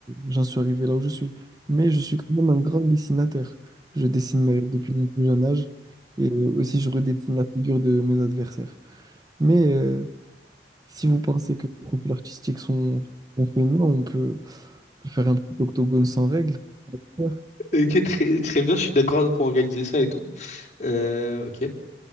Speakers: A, on the right; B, on the left.
A: j'en suis arrivé là où je suis. Mais je suis quand même un grand dessinateur. Je dessine mes rêves depuis mon plus jeune âge et aussi je redessine la figure de mes adversaires. Mais euh, si vous pensez que les couples artistiques sont, sont feignants, on peut faire un petit octogone sans règles. Ouais.
B: Ok, très, très bien, je suis d'accord pour organiser ça et tout. Euh, ok.